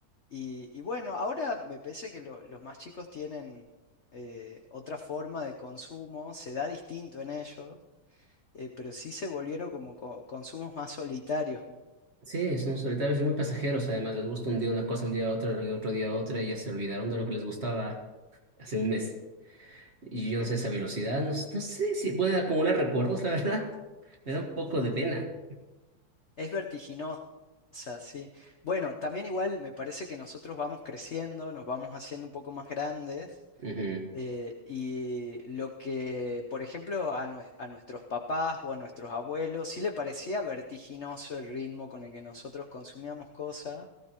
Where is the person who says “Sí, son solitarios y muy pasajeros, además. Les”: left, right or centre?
Right